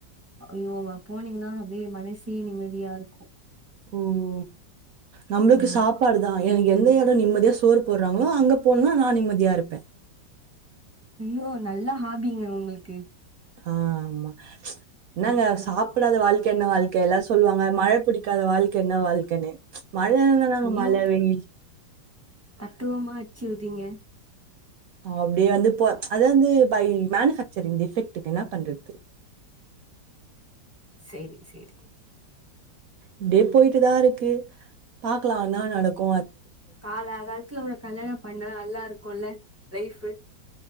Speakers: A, on the right; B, on the right.
A: ஐயோ அங்க போனீங்கன்னா அப்டியே மனசே நிம்மதியா இருக்கு
B: ஓஹோ நம்மளுக்கு
A: ஆமா
B: சாப்பாடு தா எனக்கு எந்த நிம்மதியா சோறு போடுறாங்களோ அங்க போனு நா நிம்மதியா இருப்பே
A: ஐயோ நல்ல ஹாபிங்க உங்களுக்கு
B: ஆஹ் ஆமா என்னங்க சாப்பிடாத வாழ்க்க என்ன வாழ்க்க எல்லா சொல்லுவாங்க மழ பிடிக்காத வாழ்க்க என்ன வாழ்க்கனு மழ வந்தானாங்க
A: ஐயோ
B: மழ வெயில்
A: தத்துவமா அடிச்சுவிட்றிங்க
B: அப்டியே வந்து போ அத வந்து பை மேனுபேக்சரிங் டிஃபெக்டு என்ன பண்றது
A: செரி செரி
B: இப்டியே போயிட்டுதா இருக்கு பாக்கலா என்னா நடக்கு
A: காலா காலத்துல ஒரு கல்யாண பண்ணா நல்லா இருக்குல லைஃப்